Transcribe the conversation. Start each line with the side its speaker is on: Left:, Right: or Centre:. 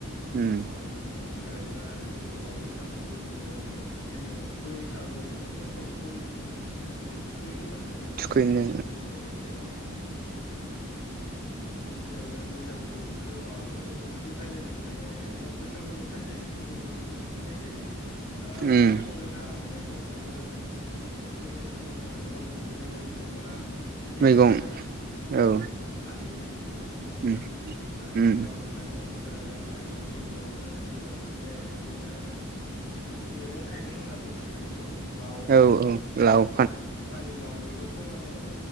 Right: उम
Left: औ बिनि अनगायैबो आरो बुङोबा बैस बैसागुखौ बुङोबा जों गिबियावनो बैसागु माने मोसौखौ माने थुखैग्रोना लांनायखौ जों
Right: थुखैनो
Left: नुनो मोननाय जायो आरो जेराव उम जेराव जों बैसागुखौ थुखैयो माबा मोसौखौ थुखैखालिनि माने आव बैसागुनि सानसे सिगां जों मोसौखौ थुखैनाय जायो ओ
Right: उम
Left: बे समाव जोंहा माने मोसौ खौनो माने थुखैनाय समाव जोंहा गोबां इदिनो माबा नेम
Right: मैगं
Left: थायो। जायखौ
Right: औ
Left: जों फालियो बर' सुबुंफोरा
Right: उम
Left: ओ
Right: उम
Left: जेराव जोंहा नेम फोरा जाबाय जों गिबियावनो जोङो माने इदिनो बिदि मैगं थाइगं होनना बुंसिगोन बेखौ लाव
Right: औ
Left: बिदिनो
Right: लाव
Left: फान्थाव पानि लाव बेफोरखौ माने औ